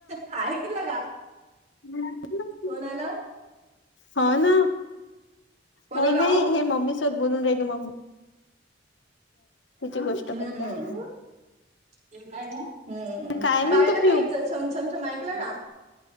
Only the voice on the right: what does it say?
ऐकलं का.
कोणा आला.
कोणाला
हो
हम्म.
हम्म
पायलं
का इचं छमछमछम ऐकलं का.